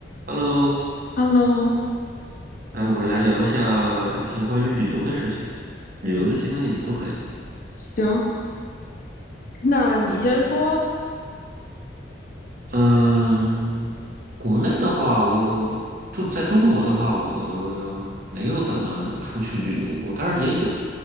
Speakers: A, on the right; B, on the left.
A: Hello，
B: Hello，
A: 来，我们来聊一下一些关于旅游的事情，旅游的经历都可以。
B: 行，那你先说
A: 嗯，国内的话，我中在中国的话，我没有怎么出去旅游过，当然也有，